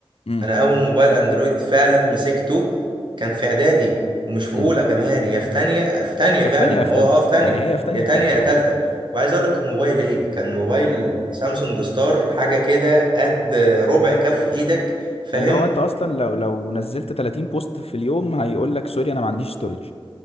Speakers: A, on the left (about 75°); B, on the right (about 50°).
A: امم
B: انا اول موبايل اندرويد فعلا مسكته كان في اعدادي ومش في
A: امم
B: اولى كمان يا في تانية في تانية
A: يا
B: فعلا
A: في تانية يا في
B: هو
A: تالتة
B: اه في تانية
A: يعني هي في تانية
B: يا
A: يا
B: تانية
A: في تالتة
B: يا تالتة
A: اه
B: وعايز اقول لك كان موبايل ايه كان موبايل سامسونج ستار حاجة كده قد ربع كف ايدك فاهم
A: اللي هو انت اصلا لو لو نزلت 30 بوست في اليوم هيقول لك سوري انا ما عنديش ستورج